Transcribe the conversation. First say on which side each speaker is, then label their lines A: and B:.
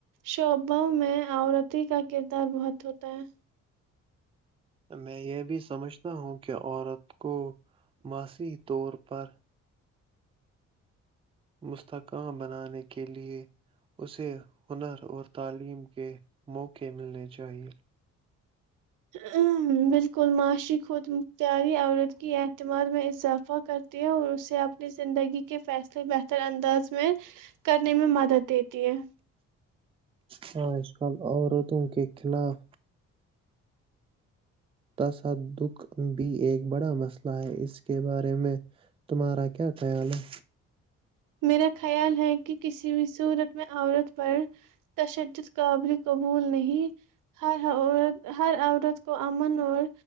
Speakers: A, on the right; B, on the right.
A: شعبوں میں عورتی کا کردار بہت ہوتا ہے
B: میں یہ بھی سمجھتا ہوں کہ عورت کو معاشی طور پر مستقام بنانے کےلئے اسے ہنر اور تعلیم کے موقع ملنے چاہیئے
A: ہ بالکل معاشی خود مختتیاری عورت کی اعتماد میں اضافہ کر ہیں اور اسے اپنے زندگی کے فیصلے بہتر انداز میں کرنے میں مدد دیتی ہے
B: ہج کل عورتوں کے خلاف تصادق بھی ایک بڑا مسئلہ ہے اس کے بارے میں تمہارا کیا خیال ہے
A: میرا خیال ہے کہ کسی بھی صورت میں عورت پر تشدد قابل قبول نہیں ہر ع ہر عورت کو امن اور